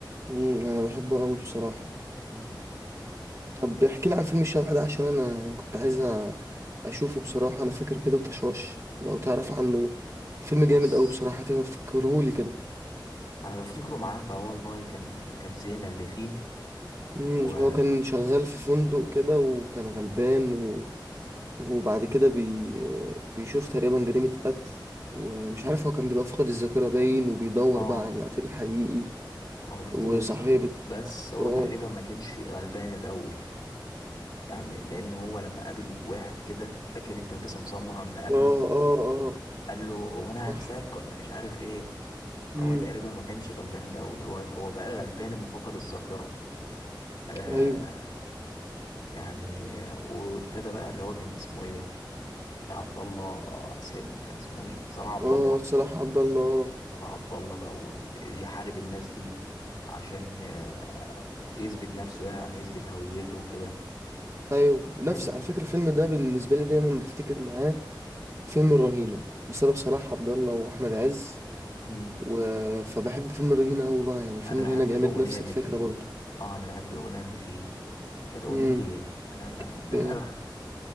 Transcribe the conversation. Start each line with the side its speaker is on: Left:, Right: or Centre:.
Right: مم، انا بحبه قوي بصراحه
Left: مم.
Right: طب احكي لي عن فيلم الشبح ده عشان انا يعني كنت عايز أ- اشوفه بصراحه انا فاكر كده طشاش لو تعرف عنه فيلم جامد
Left: بص
Right: قوي بصراحه تبقى تفكرهولي كده
Left: انا بفتكره معاك اه والله كان كانت زينة اللي فيه
Right: مم،
Left: و
Right: هو كان شغال في فندق كده وكان غلبان و... وبعد كده بي... بيشوف تقريبا جريمه قتل ومش عارف هو كان بيبقى فاقد الذاكره باين وبيدور
Left: اه
Right: بقى على القتيل الحقيقي
Left: هو بيفتكر
Right: وصاحبه
Left: الذكر بس هو
Right: اه
Left: تقريبا ما كانش غلبان الاول يعني لان هو لما قابل واحد كده فاكر انت باسم سمرة لما قابله
Right: اه اه اه
Left: قال له هو انا
Right: صح
Left: هنساك ولا مش عارف ايه فهو
Right: مم،
Left: تقريبا ما كانش غلبان الاول هو هو بقى غلبان لما فقد الذاكره آه
Right: ايوه
Left: يعني وابتدى بقى اللي هو كان اسمه ايه عبد الله سي- كان اسمه ايه صلاح عبد
Right: اه
Left: الله
Right: صلاح عبد الله
Left: صلاح عبد الله بقى وال- يحارب الناس دي عشان ي- يثبت نفسه يعني يثبت هويته وكده
Right: ايوه نفس
Left: الفيلم
Right: على
Left: حلو
Right: فكره الفيلم ده بالنسبه لي دايما بفتكر معاه فيلم الرهينه بسبب صلاح عبد الله واحمد عز
Left: امم
Right: و... فبحب فيلم الرهينه قوي بقى يعني فيلم
Left: انا بحب
Right: الرهينه جامد
Left: الاغنيه
Right: نفس
Left: اللي
Right: الفكره
Left: فيه
Right: برضو
Left: اه انا بحب الاغنيه اللي فيه كانت اغنيه
Right: امم
Left: ايه انا انا فاكر
Right: ب...
Left: ان انا